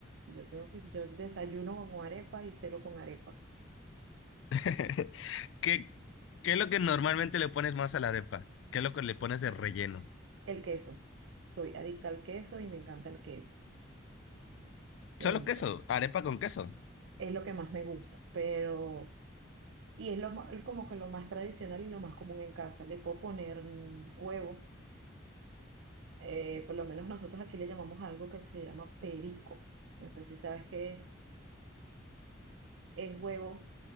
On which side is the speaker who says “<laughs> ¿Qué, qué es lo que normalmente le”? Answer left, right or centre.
Left